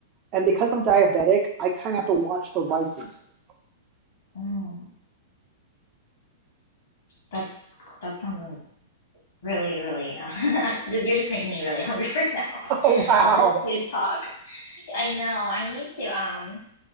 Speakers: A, on the right (about 30°); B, on the left (about 60°).
A: And because I'm diabetic, I kind of have to watch the rice intake. <laughs>
B: Mm, that's that sounds Really, really. Uh, <laughs> I'm just, you're just making me really hungry <laughs> right now.
A: Oh wow,
B: All this food talk. I know. I need to. Um,